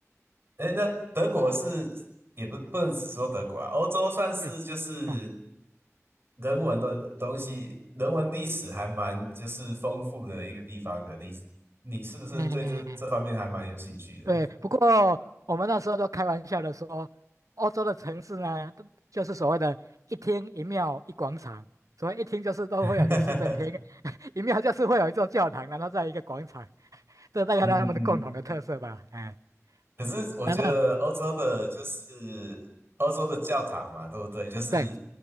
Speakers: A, on the right (about 50°); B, on the right (about 85°).
A: 哎，那德国是也不不能只说德国啊，欧洲算是就是
B: 对，嗯
A: 人文的东西，人文历史还蛮就是丰富的一个地方的。你你是不是对这这方面还蛮有兴趣的？
B: 嗯，哎。对，不过我们那时候都开玩笑的说，欧洲的城市呢，都就是所谓的一厅一庙一广场。所谓一厅就是都会有一个市政厅，
A: <laughs>
B: <laughs> 一庙就是会有一座教堂，然后在一个广场，<laughs> 这大概他们的共同的特色吧。
A: 嗯嗯。
B: 哎，
A: 可是我觉得欧洲的，
B: 那那
A: 就是欧洲的教堂嘛，对不对？就是
B: 对